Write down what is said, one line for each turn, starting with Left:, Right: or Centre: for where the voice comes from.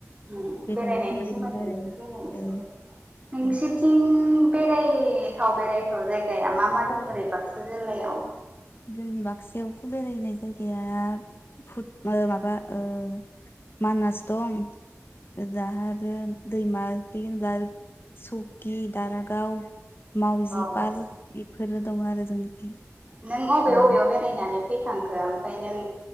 Right: उम
Left: बेरायनायनि
Right: बेरायनायनायनि
Left: सोमोन्दैखौनो
Right: सोमोन्दै
Left: रायलायनि
Right: नो रायलायसै।
Left: ओं
Right: नोंसोरथिं
Left: दे
Right: बेरायथाव बेरायथाव जायगाया मा मा दं ओरै बाक्सा जिल्लायाव?
Left: जोंनि बाक्सायावथ बेरायनाय जायगाया भुत ओ माबा ओ मानास दं दाहा आरो दैमा फैयो होनब्ला सुगि दारागाव मावजि
Right: औ
Left: पार्क इफोरो दङ आरो जोंनिखि।
Right: नों अबे
Left: ओं
Right: अबेयाव बेरायनानै फै थांखो ओमफ्राय नों